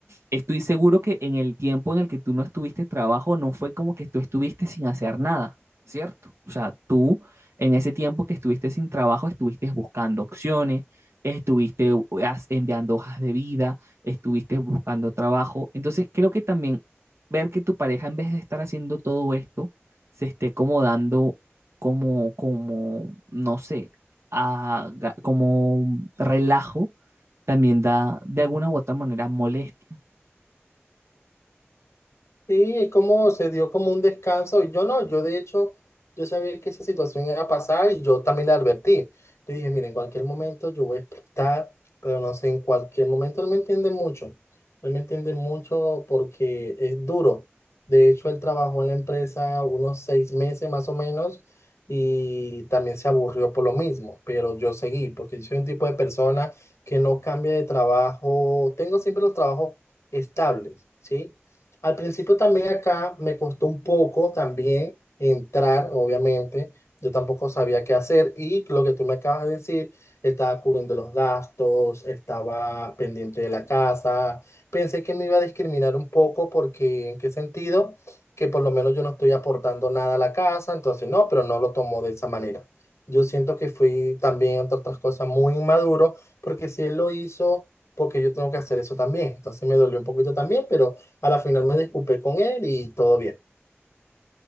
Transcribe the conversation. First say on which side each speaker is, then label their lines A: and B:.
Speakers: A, on the right (about 70°); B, on the left (about 85°).
A: Estoy seguro que en el tiempo en el que tú no estuviste trabajo, no fue como que tú estuviste sin hacer nada, ¿cierto? O sea, tú en ese tiempo que estuviste sin trabajo, estuviste buscando opciones, estuviste has- enviando hojas de vida, estuviste buscando trabajo. Entonces, creo que también ver que tu pareja, en vez de estar haciendo todo esto, se esté como dando, como, como, no sé, a- ga- como relajo, también da de alguna u otra manera molestia.
B: Sí, es como se dio como un descanso. y Yo no, yo de hecho, yo sabía que esa situación iba a pasar y yo también le advertí. Le dije, mira, en cualquier momento yo voy a explotar, pero no sé, en cualquier momento él me entiende mucho. Él me entiende mucho porque es duro. De hecho, él trabajó en la empresa unos seis meses más o menos y también se aburrió por lo mismo, pero yo seguí porque yo soy un tipo de persona que no cambia de trabajo. Tengo siempre los trabajos estables, ¿sí? Al principio también acá me costó un poco también entrar, obviamente. Yo tampoco sabía qué hacer y lo que tú me acabas de decir, estaba cubriendo los gastos, estaba pendiente de la casa. Pensé que me iba a discriminar un poco porque, ¿en qué sentido? Que por lo menos yo no estoy aportando nada a la casa, entonces no, pero no lo tomó de esa manera. Yo siento que fui también, entre otras cosas, muy inmaduro porque si él lo hizo, porque yo tengo que hacer eso también. Entonces me dolió un poquito también, pero... A la final me disculpé con él y todo bien.